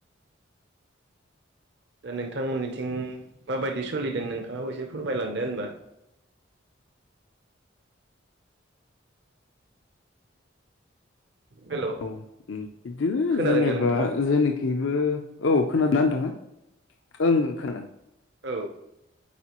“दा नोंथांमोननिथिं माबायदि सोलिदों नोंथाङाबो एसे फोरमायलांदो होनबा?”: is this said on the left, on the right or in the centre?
Right